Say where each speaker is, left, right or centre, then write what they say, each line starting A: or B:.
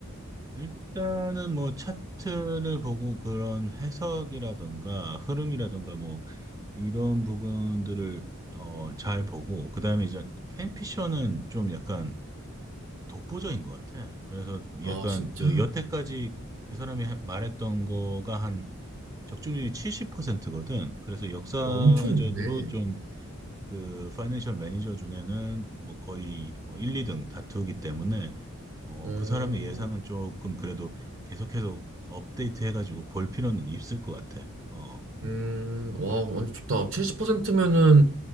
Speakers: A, on the right (about 15°); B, on the right (about 60°).
A: 일단은 뭐 차트를 보고 그런 해석이라든가 흐름이라든가 뭐 이런 부분들을 어, 잘 보고 그다음에 이제 캔피셔는 좀 약간 독보적인 것 같아. 그래서
B: 아
A: 약간
B: 진짜?
A: 그
B: 와,
A: 여태까지 그 사람이 하- 말했던 거가 한 적중률이 70%거든. 그래서 역사적으로
B: 엄청 높네.
A: 좀 그 파이낸셜 매니저 중에는 뭐 거의 뭐 1, 2등 다투기 때문에 어,
B: 어,
A: 그 사람의 예상은 조금 그래도 계속해서 업데이트 해가지고 볼 필요는 있을 것 같아. 어,
B: 음, 와, 완전 좋다. 70%면은